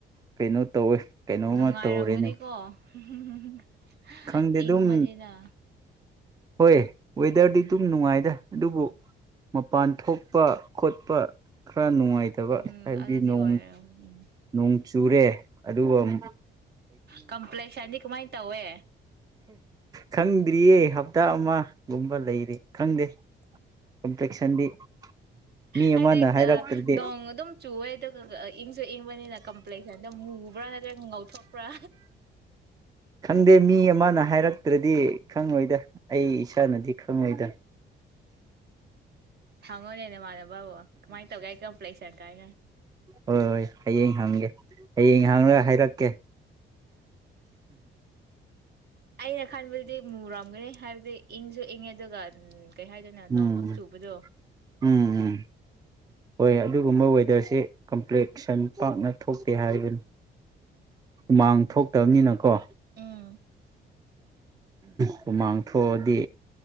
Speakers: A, on the right (about 20°); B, on the right (about 55°).
A: ꯀꯩꯅꯣ ꯇꯧꯋꯦ ꯀꯩꯅꯣꯝꯃ
B: ꯅꯨꯡꯉꯥꯏꯔꯝꯒꯅꯤꯀꯣ
A: ꯇꯧꯔꯦꯅꯦ
B: ꯎꯝ
A: ꯈꯪꯗꯦ ꯑꯗꯨꯝ
B: ꯏꯪ ꯕꯅꯤꯗ
A: ꯍꯣꯏ ꯋꯦꯗꯔꯗꯤ ꯑꯗꯨꯝ ꯅꯨꯡꯉꯥꯏꯗ ꯑꯗꯨꯕꯨ ꯃꯄꯥꯟ ꯊꯣꯛꯄ ꯈꯣꯠꯄ ꯈꯔ ꯅꯨꯡꯉꯥꯏꯇꯕ
B: ꯎꯝ
A: ꯍꯥꯏꯕꯗꯤ
B: ꯑꯗꯨꯗꯤ
A: ꯅꯣꯡ
B: ꯑꯣꯏꯔꯝ ꯎꯝ
A: ꯅꯣꯡ ꯆꯨꯔꯦ ꯑꯗꯨꯒ ꯃꯨꯛ
B: ꯀꯝꯄ꯭ꯂꯦꯛꯁ ꯑꯅꯤ ꯀꯃꯥꯏ ꯇꯧꯋꯦ
A: ꯈꯪꯗ꯭ꯔꯤꯌꯦ ꯍꯞꯇꯥ ꯑꯃ ꯂꯨꯝꯕ ꯂꯩꯔꯤ ꯈꯪꯗꯦ ꯀꯝꯄ꯭ꯂꯦꯛꯁꯟꯗꯤ ꯃꯤ
B: ꯍꯥꯏꯗꯤ
A: ꯑꯃꯅ ꯍꯥꯏꯔꯛꯇ꯭ꯔꯗꯤ
B: ꯅꯣꯡ ꯑꯗꯨꯝ ꯆꯨꯋꯦ ꯑꯗꯨꯒ ꯏꯪꯁꯨ ꯌꯦꯡꯕꯅꯤꯅ ꯀꯝꯄ꯭ꯂꯦꯛꯁꯟꯗꯣ ꯃꯨꯕ꯭ꯔꯥ ꯅꯠꯇ꯭ꯔꯒ ꯉꯧꯊꯣꯛꯄ꯭ꯔꯥ
A: ꯈꯪꯗꯦ ꯃꯤ ꯑꯃꯅ ꯍꯥꯏꯔꯛꯇ꯭ꯔꯗꯤ ꯈꯪꯉꯣꯏꯗ ꯑꯩ ꯏꯁꯥꯅꯗꯤ ꯈꯪꯉꯣꯏꯗ
B: ꯍꯪꯉꯣꯅꯦ ꯅꯃꯥꯟꯅꯕ ꯍꯪꯉ‌ꯣ ꯀꯃꯥꯏꯅ ꯇꯧꯒꯦ ꯑꯩ ꯀꯝꯄ꯭ꯂ‌ꯦꯛꯁꯟ ꯥꯏꯒ
A: ꯍ ꯑꯩꯌꯦ ꯍꯒꯦ ꯍꯌꯦꯡ ꯍꯥꯡꯅꯒ ꯍꯥꯏꯔꯛꯀꯦ
B: ꯑ ꯈꯟꯕꯗꯗꯤ ꯃꯨꯔꯝꯒꯅꯤ ꯍꯥꯏꯕꯗꯤ ꯏꯪꯁꯨ ꯏꯪꯉꯦ ꯑꯗꯨꯒ ꯀꯩ ꯍꯥꯏꯗꯅ
A: ꯎꯝ
B: ꯅꯣꯡ ꯑꯗꯨꯝ ꯆꯨꯕꯗꯣ
A: ꯎꯝ ꯎꯝ ꯍꯣꯏ ꯑꯗꯨꯒꯨꯝꯕ ꯋꯦꯗꯔꯁꯦ ꯀꯝꯄ꯭ꯂꯦꯛꯁꯟ ꯄꯥꯛꯅ ꯊꯣꯛꯇꯦ ꯍꯥꯏꯕꯅꯤ ꯎꯃꯥꯡ ꯊꯣꯛꯇꯕꯅꯤꯅ ꯀꯣ
B: ꯎꯝ
A: ꯍꯨꯃꯥꯡꯊꯣꯛꯑꯗꯤ